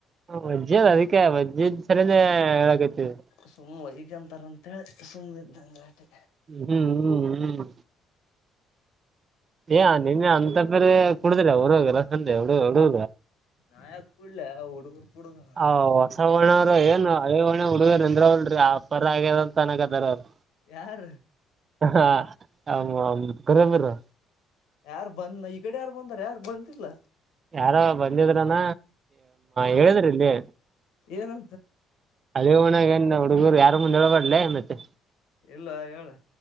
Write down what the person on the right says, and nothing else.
ಹ ಮಜ್ಜ ಅಲ್ಲ ಅದಕ್ಕೆ ಮಜ್ಜ ಸರಿನೇ ಹೇಳಕತವಿ
ಹೂ ಹೂ ಹೂ ಏ ನಿನ್ನೆ ಅಂತಫರಿ ಕುಡುದ್ರ ಅವರು ಲಸಂದೆ ಹಡುಗರು
ಹ್ ಹೊಸ ಹೊಣವರು ಏನು ಅಳ ಹಣ ಹುಡುಗ ಅಂದ್ರವಲ್ರರಿ ಆ ಪರ ಆಗ್ಯಾರ ಅಂತ ಅನಗದಾರ ಅವರು
ಹಾ ಹ ಕುರುಬರು
ಯಾರ ಬಂದಿದ್ರಾನ ಹೇಳಿದ್ರ ಇಲ್ಲಿ
ಅಲ್ಲಿ ಒಣಾಗ ನಾನ್ ಹುಡುಗರು ಯಾರು ಮುಂದೆಬಡ್ಲ ಮತ್ತೆ